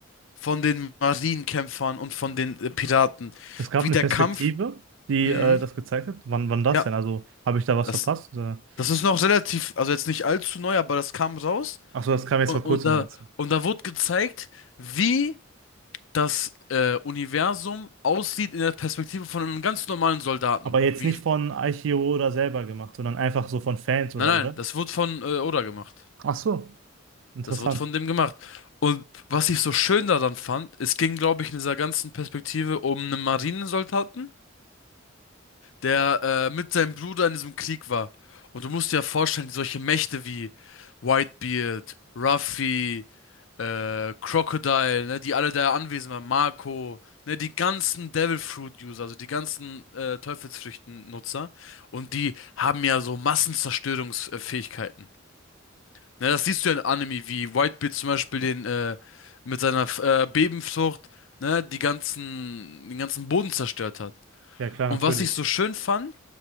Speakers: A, on the left (about 70°); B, on the right (about 65°).
A: Von den Marienkämpfern und von den äh, Piraten.
B: Es gab
A: Wie
B: eine
A: der
B: Perspektive,
A: Kampf.
B: die
A: Mhm.
B: äh, das gezeigt hat. Wann, wann das
A: Ja,
B: denn? Also habe ich da was
A: das,
B: verpasst? Oder?
A: das ist noch relativ, also jetzt nicht allzu neu, aber das kam raus.
B: Ach so, das kam jetzt
A: Und,
B: vor kurzem,
A: und da,
B: meinst du?
A: und da wurde gezeigt, wie das äh, Universum aussieht in der Perspektive von einem ganz normalen Soldaten.
B: Aber jetzt
A: Wie,
B: nicht von Aichiro oder selber gemacht, sondern einfach so von Fans
A: nein,
B: oder,
A: nein,
B: oder?
A: das wurde von äh, Oda gemacht.
B: Ach so. Interessant.
A: Das wird von dem gemacht. Und was ich so schön daran fand, es ging, glaube ich, in dieser ganzen Perspektive um einen Marinesoldaten, der äh, mit seinem Bruder in diesem Krieg war. Und du musst dir ja vorstellen, solche Mächte wie Whitebeard, Ruffy, äh, Crocodile, ne, die alle da anwesend waren, Marco, ne, die ganzen Devil Fruit User, also die ganzen äh, Teufelsfrüchten-Nutzer. Und die haben ja so Massenzerstörungsfähigkeiten. Ja, das siehst du ja in Anime, wie Whitebeard zum Beispiel den, äh, mit seiner äh, Bebenfrucht, ne, die ganzen, den ganzen Boden zerstört hat.
B: Ja, klar,
A: Und
B: natürlich.
A: was ich so schön fand,